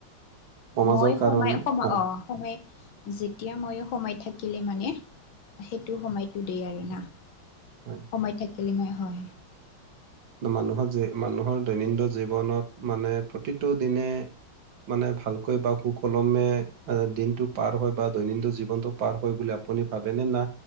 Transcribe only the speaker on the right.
সমাজৰ
কাৰণে
হয়
হয়
মানুহৰ মানুহৰ দৈনন্দিন জীৱনত মানে প্ৰতিটো দিনে মানে ভালকৈ বা সুকলমে দিনটো পাৰ হয় বা দৈনন্দিন জীৱনটো পাৰ হয় বুলি আপুনি ভাবেনে না